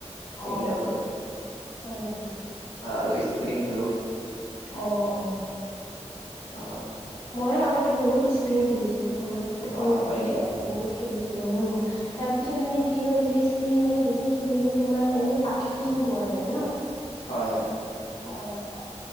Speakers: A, on the left; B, on the left.
A: অ',
B: এইকেইটা কৰো
A: হয় নেকি?
B: আৰু স্প্ৰিং খেলো।
A: অ অ।
B: অ।
A: মই আগতে বহুত স্প্ৰিং খেলিছিলো সৰু থা সৰু
B: অ
A: থাকোতে,
B: হয় নেকি
A: বহুত খেলিছিলো উম। তাৰ পিছত মানে কি হয় যে স্প্ৰিং মানে বেছি খেলিলে তোমাৰ এনে পাক্ষীণ হোৱা যায় ন।
B: হয়।
A: অঁ